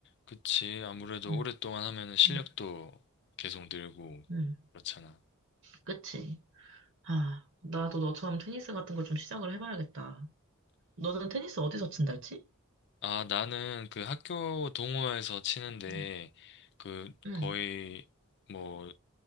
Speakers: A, on the left; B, on the right.
A: 그치. 아무래도
B: 음,
A: 오랫동안 하면은 실력도
B: 음,
A: 계속 늘고,
B: 음.
A: 그렇잖아.
B: 그치? 아, 나도 너처럼 테니스 같은 걸 좀 시작을 해봐야겠다. 너는 테니스 어디서 친다 했지?
A: 아, 나는 그 학교 동호회에서 치는데,
B: 응,
A: 그
B: 응,
A: 거의 뭐